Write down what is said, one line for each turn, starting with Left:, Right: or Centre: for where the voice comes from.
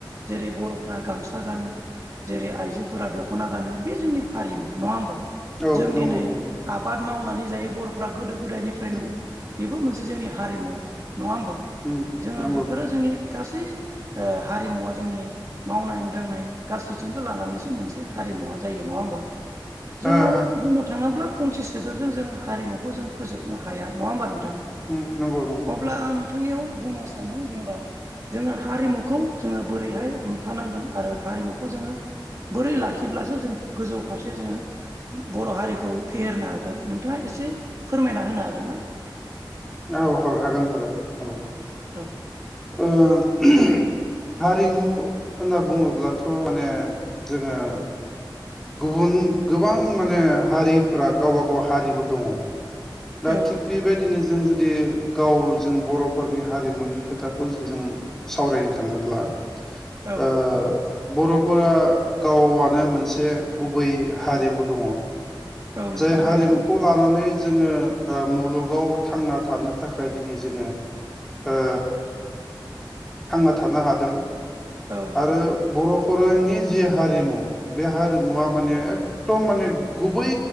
Right: जेरै बर'फोरा गामसा गानो जेरै आइजोफोरा दख'ना गानो बे जोंनि हारिमु नङा होमबा?
Centre: औ
Right: जों
Centre: नंगौ
Right: दिनै
Centre: नंगौ
Right: आबाद मावनानै जायो बर'फ्रा गोदो गोदायनिफ्रायनो
Centre: उम
Right: बेबो मोनसे जोंनि हारिमु। नङा होमबा?
Centre: उम
Right: जोङो
Centre: नंगौ
Right: बेफोरो जोंनि गासै ओ हारिमुवा जोंनि मावनाय दांनाय गासैजोंबो लानानैसो मोनसे हारि मुवा जायो नङा होमबा? जोंङो
Centre: ओ ओ
Right: बुंनो थाङोब्ला फंसि सोदोबजों जों हारिमुखौ जों फोजोबनो हाया नङा होमबा नोंथां?
Centre: उम नंगौ नंगौ
Right: अब्ला आं नोंथांनियाव बुंनो सानदों जेनबा जोङो हारिमुखौ जोङो बोरैहाय हमथानांगोन आरो हारिमुखौ जोङो बोरै लाखिब्लासो जों गोजौ फारसे जोङो बर' हारिखौ फेहेरनो हागोन नोंथाङा एसे फोरमायना होनो हागोन ना?
Centre: औ औ हागोन हागोन औ।
Right: औ।
Centre: ओ <unintelligible> हारिमु होनना बुङोब्लाथ' माने जोङो गुबुन गोबां माने हारिफोरा गावबा गाव हारिमु दङ। दा
Right: औ
Centre: थिग बेबायदिनो जों जुदि गाव जों बर'फोरनि हारिमुनि खोथाखौ जुदि जों सावरायनो थाङोब्ला
Right: औ
Centre: ओ बर'फोरा गावआनो मोनसे गुबै हारिमु दङ।
Right: औ नंगौ
Centre: जाय हारिमुखौ
Right: नोंथां
Centre: लानानै जोङो ओ मुलुगाव थांना थानो थाखाय दिनै जोङो ओ थांना थानो हादों
Right: औ
Centre: आरो बर' फरायनि जि हारिमु बे हारिमुवा माने एकदम माने गुबै